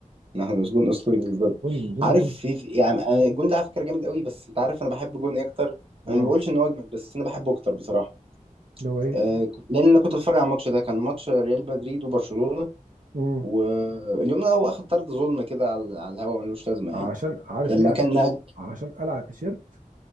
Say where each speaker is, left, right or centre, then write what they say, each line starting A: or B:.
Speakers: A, on the right; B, on the right.
A: نحمد بس جون اسطوري بالنسبه لي
B: جون جون
A: عارف
B: جون
A: في في- يعني أنا- الجون ده على فكره جامد قوي بس انت عارف انا بحب جون إيه اكتر
B: مم.
A: انا ما بقولش ان هو اجمد بس انا بحبه اكتر بصراحه
B: اللي هو ايه
A: آه كنت- لان انا كنت بتفرج على الماتش ده كان ماتش ريال مدريد وبرشلونه
B: مم.
A: واليوم ده هو اخد طرد ظلم كده على على الهوا ملوش لازمه
B: عشان
A: يعني
B: عارف
A: لما
B: ليه عشان
A: كان نهج...
B: عشان قلع التيشيرت